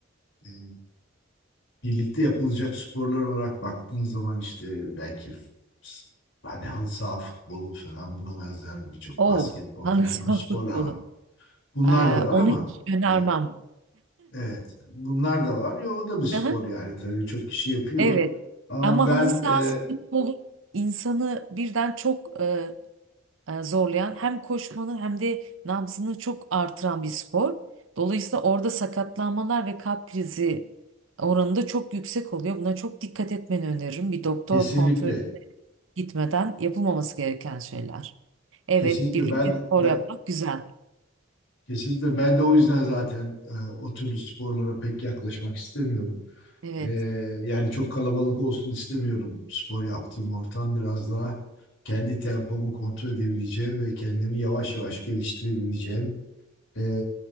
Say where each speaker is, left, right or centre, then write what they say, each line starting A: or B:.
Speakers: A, on the left; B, on the right.
A: e, birlikte yapılacak sporlar olarak baktığın zaman işte belki f- hani halı saha futbolu falan buna benzer birçok
B: Oh,
A: basketbol
B: halı
A: falan
B: saha
A: gibi sporlar
B: <laughs> futbolu.
A: var. Bunlar
B: Ee,
A: da var
B: onu
A: ama
B: hiç önermem.
A: ya, Evet, bunlar da var. Ya o da bir spor
B: Hı hı,
A: yani tabii çok kişi yapıyor.
B: Evet.
A: Ama
B: Ama
A: ben
B: halı sahası
A: e,
B: futbolu insanı birden çok e, e, zorlayan hem koşmanı hem de nabzını çok artıran bir spor. Dolayısıyla orada sakatlanmalar ve kalp krizi oranı da çok yüksek oluyor. Buna çok dikkat etmeni öneririm. Bir doktor
A: kesinlikle,
B: kontrolüne gitmeden yapılmaması gereken şeyler. Evet,
A: kesinlikle
B: birlikte
A: ben,
B: spor
A: ben
B: yapmak güzel.
A: kesinlikle ben de o yüzden zaten e, o türlü sporlara pek yaklaşmak istemiyorum.
B: Evet,
A: Ee, yani çok kalabalık olsun istemiyorum spor yaptığım ortam. Biraz daha kendi tempomu kontrol edebileceğim ve kendimi yavaş yavaş geliştirebileceğim. Ee,